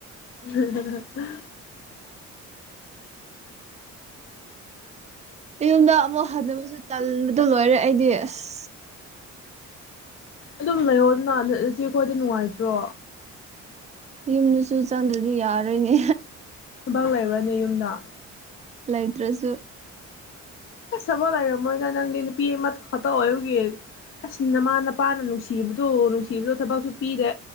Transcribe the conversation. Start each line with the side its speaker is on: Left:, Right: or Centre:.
Left: ꯍꯗ
Right: ꯌꯨꯝꯗ ꯑꯃꯨꯛ ꯍꯟꯅꯕꯁꯨ ꯇꯟꯕꯗ ꯂꯣꯏꯔꯦ ꯑꯩꯗꯤ ꯑꯁ
Left: ꯑꯗꯨꯝ ꯂꯩꯌꯣꯅꯠꯂꯁꯤ ꯑꯩꯈꯣꯏꯗ ꯅꯨꯡꯉꯥꯏꯇ꯭ꯔꯣ
Right: ꯌꯨꯝꯗꯁꯨ ꯆꯪꯗ꯭ꯔꯗꯤ ꯌꯥꯔꯣꯏꯅꯦ
Left: ꯕꯛ ꯂꯩꯕ꯭ꯔꯅꯦ ꯌꯨꯝꯅ
Right: ꯂꯥꯏꯗ ꯔꯣꯁꯨ <inaudible>
Left: ꯑꯦ ꯆꯕ ꯂꯥꯛꯦ ꯃꯣꯏ ꯀꯩꯅ ꯅꯨꯄꯤ ꯏꯃꯥ ꯈꯠꯇ ꯍꯒ ꯑꯁ ꯅꯃꯥ ꯅꯄꯥꯅ ꯅꯨꯡꯁꯤꯕꯗꯣ ꯅꯨꯡꯁꯤꯕꯗꯣ ꯊꯕꯛꯁꯨ ꯄꯤꯔꯦ